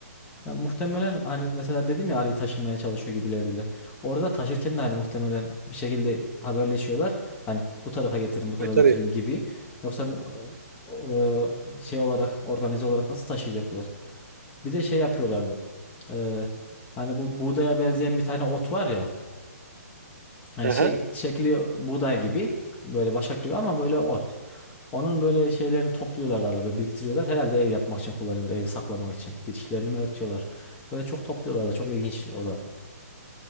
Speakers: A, on the left (about 15°); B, on the right (about 75°).
A: Ya muhtemelen hani mesela dedim ya arıyı taşımaya çalışıyor gibilerdiler. Orada taşırken de hani muhtemelen bir şekilde haberleşiyorlar. Hani bu tarafa getirin,
B: Tabii
A: bu tarafa
B: tabii.
A: götürün gibi. Yoksa e, e, şey olarak organize olarak nasıl taşıyacaklar? Bir de şey yapıyorlardı. E, hani bu buğdaya benzeyen bir tane ot var ya. Yani
B: Aha,
A: şek- şekli buğday gibi böyle başak gibi ama böyle ot. Onun böyle şeylerini topluyorlar da arada biriktiriyorlar. Herhalde ev yapmak için kullanıyorlar. Evi saklamak için. Girişlerini mi örtüyorlar? Böyle çok topluyorlar da çok ilginç o da.